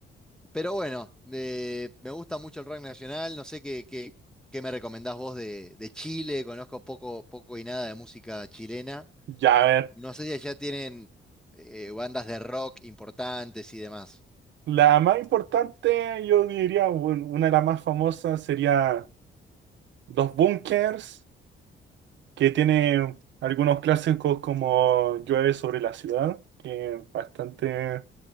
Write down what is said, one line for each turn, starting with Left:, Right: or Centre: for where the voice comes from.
Centre: Pero bueno, eh, me gusta mucho el rock nacional. No sé qué, qué, qué me recomendás vos de, de Chile. Conozco poco, poco y nada de música chilena.
Right: Ya, a ver.
Centre: No sé si allá tienen eh, bandas de rock importantes y demás.
Right: La más importante, yo diría, bueno, una de las más famosas sería Dos Bunkers, que tiene algunos clásicos como Llueve sobre la ciudad, que es bastante,